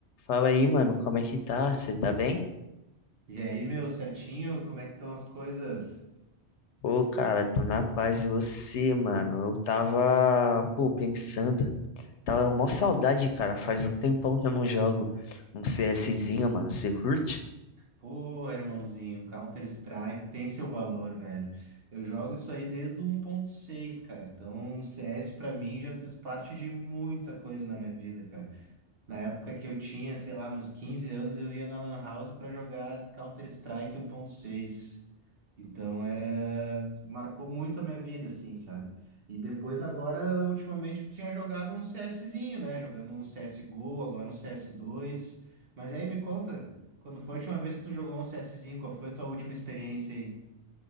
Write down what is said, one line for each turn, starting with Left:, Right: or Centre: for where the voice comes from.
Left: Fala aí, mano, como é que tá? Você tá bem?
Right: E aí, meu certinho, como é que estão as coisas?
Left: Pô, cara, tô na paz e você, mano? Eu tava, pô, pensando. Tava mó saudade, cara. Faz um tempão que eu não jogo um CSzinho, mano. Você curte?
Right: Pô, irmãozinho, Counter-Strike tem seu valor, velho. Eu jogo isso aí desde o 1.6, cara. Então, o CS pra mim já fez parte de muita coisa na minha vida, cara. Na época que eu tinha, sei lá, meus 15 anos, eu ia na Lan House pra jogar Counter-Strike 1.6. Então era, marcou muito a minha vida, assim, sabe? E depois agora, ultimamente, eu tinha jogado um CSzinho, né? Jogando um CSGO, agora um cs dois Mas aí me conta, quando foi a última vez que tu jogou um CSzinho? Qual foi a tua última experiência aí?